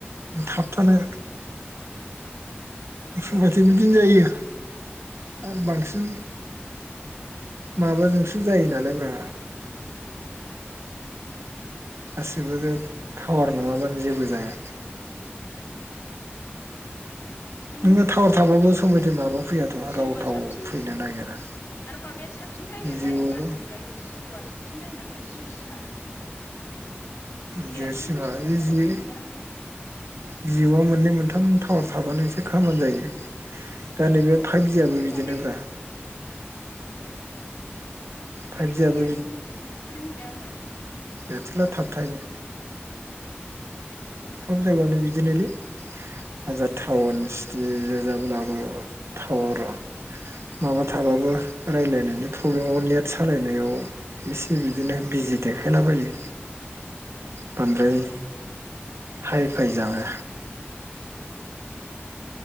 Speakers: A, on the right; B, on the left.
A: थाबथानो
B: खोनानो
A: <unintelligible>
B: नागिरा
A: बिदिनो जायो आरो बांसिन माबाजोंसो जायो
B: जाया
A: नालाय ब्रा गासिबो थावार नङाबानो
B: माजों
A: जेबो जाया
B: उम
A: नोङो टावार थाबाबो सम मथ माबा फैयाथ'
B: जिअ'आ
A: राव थाव
B: साबसिन
A: फैनो नागिरा
B: आरो माबाया साबसिन जाहैगोनहाय
A: जिउआव
B: मा होनोमोनलाय जिअ'आ साबसिन जायो नामा जिय सिमा
A: ज
B: एयारटेलखौ
A: सिमा
B: एसे थाबथानायबो
A: बे जि
B: मोनो आं माथो
A: जिअ' मोननै मोनथाम टावार थाबानो एसे खामानि जायो दा नैबे
B: औ ओमफ्राय
A: फाइभजियाबो
B: माबाय
A: बिदिनो ब्रा
B: ए ओमफ्राय
A: फाइभजियाबो
B: नै बे एयारटेलखौ एसे थाबथानो मोनो आङो
A: एआर्टेला थाब थायो सब जायगायावनो
B: उम
A: बिदिनोलै हाजार
B: ए
A: टाउन सिटि जाब्लाबो टावार माबा थाबाबो राय्लायनायनि प्रब्लेमाव नेट सालायनायाव एसे बिदिनो बिजि देखायलाबायो
B: उम
A: बांद्राय हाय फाय जानो
B: उ